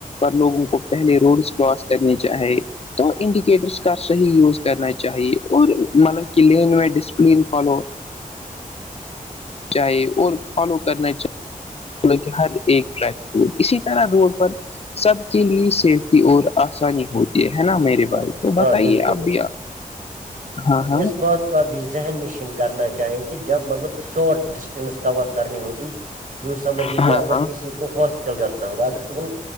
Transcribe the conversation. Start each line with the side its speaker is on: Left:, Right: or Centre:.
Left: لوگوں کو پہلے روڈس کراس کرنے چاہے تو انڈیکیٹرس کا صحیح یوز کرنا چاہیے اور مطلب کہ لین میں ڈسپلین فالو چاہے اور فالو کرنا چاہے کہ ہر ایک ٹریک رڈ اسی طرح روڈ پر سب کے لیے سیفٹی اور آسانی ہوتی یہ ہے نا میرے
Right: ہاں
Left: بھائی تو
Right: ہاں
Left: بتائیے
Right: بالکل
Left: آپ بھییا ہاں ہاں
Right: اس بات کا بھی ذہن نشین کرنا چاہے کہ جب مطلب شارٹ ڈسٹینس کور کرنی ہوتی یوں سمجھ لیجیے
Left: ہاں
Right: اگر
Left: ہاں
Right: کسی کو ہاسپٹل جانا ہوگا اگر وہ